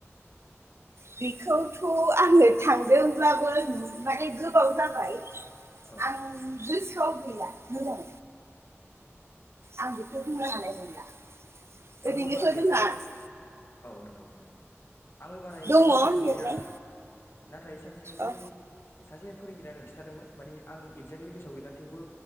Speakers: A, on the right (about 60°); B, on the left (about 55°).
A: बेखौथ आंङो थांदोंब्लाबो माने गोबाव जाबाय
B: औ
A: आं ज गोसोआव गैला मोजां आं बेखौ बुंनो हानाय नंला
B: आंबो
A: ओरैनोथ'
B: बारा एक्जेक्ट औ नंगौ ओरैनो आंबो बारा एगजेक्लि
A: जोंहा
B: गोसोआव
A: दङ लिरनाय
B: गैया नाथाय सानसेखालि
A: ओ
B: सासे फोरोंगिरियां खिन्थादोंमोन मानि आं एक्जेक्टलि गोसोआव गैला थेवबो